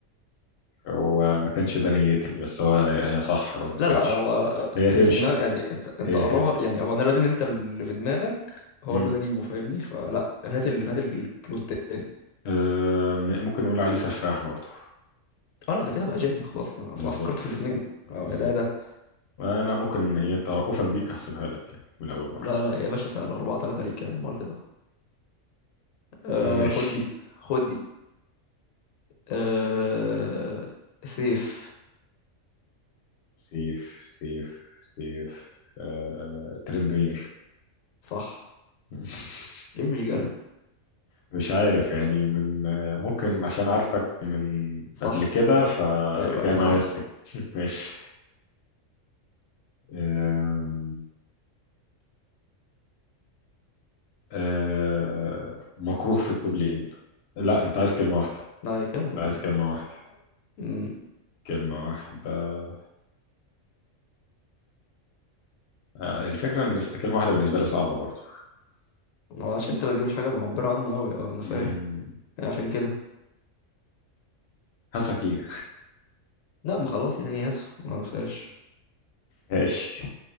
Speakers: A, on the left (about 60°); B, on the left (about 85°).
A: وما كانش ده نيتي بس هو هي صح برضه
B: لا
A: تمشي
B: لا هو
A: هي تمشي
B: اللي في دماغك يعني انت انت
A: هي
B: قربها
A: هي
B: يعني هو انا لازم انت اللي في دماغك
A: مم.
B: هو اللي انا اجيبه فاهمني فلا هات ال... هات الكلو التاني
A: آه، م- ممكن نقول عليه سفاح برضه
B: اه لا ده كده بقى جن خلاص ما انا اصلا
A: بالظبط
B: فكرت في الاثنين اه
A: بالظبط
B: يا ده يا ده
A: انا ممكن إيه، ترأفا بيك هحسبها لك يعني من اول مره
B: لا لا يا باشا سنة الأربعة تلاتة ليك يا عم ولا تزعل آه
A: آه، ماشي
B: خد دي خد دي آه سيف
A: سيف سيف سيف آه، ترندمير
B: صح
A: <laughs>
B: ليه مش جارن
A: مش عارف يعني من آه، ممكن عشان عارفك من
B: صح
A: قبل كده
B: صح
A: فجاي
B: ايوه ايوه
A: معايا
B: صح
A: السكة
B: صح
A: <laughs> ماشي آم، آه مكروه في الطبلين لا انت عايز كلمة واحدة
B: لا هي كلمة
A: عايز
B: يعني
A: كلمة واحدة
B: امم
A: كلمة واحدة آه الفكرة ان س- كلمة واحدة بالنسبة لي صعبة برضو
B: عشان انت ما تجيبش حاجة معبرة عنه اوي اه انا
A: مم،
B: فاهم يعني، عشان كده
A: هسكي
B: لا ما خلاص يعني يسو ما فيهاش
A: ماشي